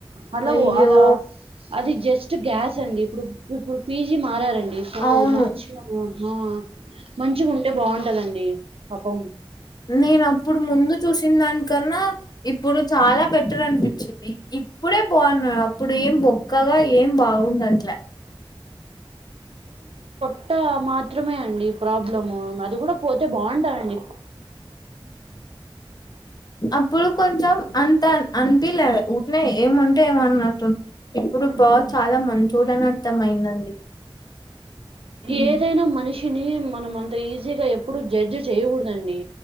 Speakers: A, on the right; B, on the left.
A: అట్ల
B: అయ్యో
A: ఓ అలా అది జస్ట్ గ్యాస్ అండి ఇప్పుడు ఇప్పుడు పీజీ మారారం సో
B: అవును
A: మంచిగా ఆహా మంచిగా ఉంటే బాగుంటదండి పాపం
B: నేను అప్పుడు ముందు చూసిన దానికన్నా ఇప్పుడు చాలా బెటర్ అనిపించిది ఈ ఇపుడే బావున అప్ ఇప్పుడు ఏం బొక్కగా ఏం బాగుండట్ల
A: ట్ట మాత్రమే అండి ప్రాబ్లమ్ అది కూడా పోతే బాగుంటారండి
B: అప్పుడు కొంచెం అంత అనిపిలే ఉట్నే ఏమంటే ఏమో అన్నా అటు ఇప్పుడు
A: హ్మ్.
B: బా చాలా మంచోడని అర్థమయిందండి ఉమ్.
A: ఏదైనా మనిష్ టిని మనం అంత ఈజీగా ఎప్పుడు జడ్జి చేయకూడదండి